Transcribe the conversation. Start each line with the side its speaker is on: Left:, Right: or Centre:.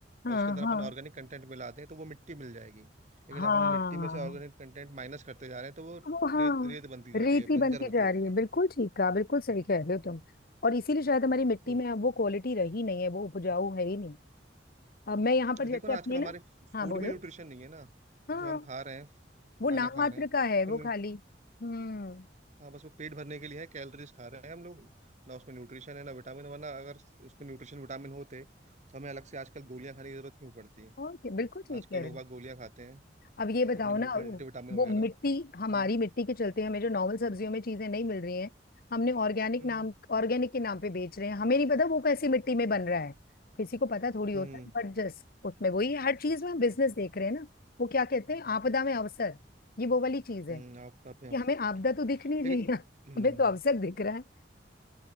Left: हाँ
Right: और उसके अंदर अपन
Left: हाँ
Right: ऑर्गेनिक कंटेंट मिला दें तो वो मिट्टी मिल जाएगी लेकिन
Left: हाँ
Right: अब हम मिट्टी में से ऑर्गेनिक कंटेंट माइनस करते जा रहे हैं तो वो
Left: वो हाँ
Right: रेत रेत बनती जा
Left: रेती
Right: रही है बंजर
Left: बनती
Right: होती
Left: जा
Right: जा
Left: रही
Right: रही
Left: है
Right: है
Left: बिल्कुल ठीक कहा बिल्कुल सही
Right: हम्म।
Left: कह रहे हो तुम और इसीलिए शायद हमारी मिट्टी
Right: तो
Left: में अब वो क्वालिटी रही नहीं है वो उपजाऊ है ही नहीं अब मैं यहाँ पर
Right: वो-
Left: जैसे
Right: देखो ना
Left: अपने
Right: आजकल हमारे
Left: ना हाँ
Right: फूड
Left: बोलो
Right: में न्यूट्रिशन नहीं है ना
Left: हाँ
Right: जो हम खा रहे हैं खाना
Left: वो नाम
Right: खा
Left: मात्र
Right: रहे हैं
Left: का है
Right: उसमें
Left: वो खाली हम्म
Right: हाँ बस वो पेट भरने के लिए है कैलोरीज खा रहे हैं हम लोग ना उसमें न्यूट्रिशन है ना विटामिन वरना अगर उसमें न्यूट्रिशन विटामिन होते तो हमें अलग से आजकल गोलियां खाने की जरूरत क्यों पड़ती
Left: ओके बिल्कुल ठीक
Right: आजकल
Left: है
Right: लोग बाग गोलियां खाते हैं
Left: अब ये बताओ
Right: अपने मल्टी
Left: ना वो
Right: विटामिन
Left: वो
Right: वगैरह
Left: मिट्टी हमारी
Right: हम्म
Left: मिट्टी के चलते हमें जो नॉर्मल सब्जियों में चीजें नहीं मिल रही हैं हमने ऑर्गेनिक
Right: हम्म
Left: नाम ऑर्गेनिक के नाम पे बेच रहे हैं हमें नहीं पता वो कैसी मिट्टी में बन रहा है किसी को पता थोड़ी
Right: हम्म
Left: होता है बट जस्ट उसमें वही हर चीज में हम बिजनेस
Right: हम्म,
Left: देख रहे हैं ना वो क्या कहते
Right: हम्म,
Left: हैं आपदा में अवसर ये वो वाली चीज
Right: हम्म,
Left: है
Right: आप आप हैं आप
Left: कि हमें
Right: सर
Left: आपदा तो दिख नहीं रही
Right: लेकिन
Left: है हमें
Right: हम्म
Left: तो अवसर दिख रहा है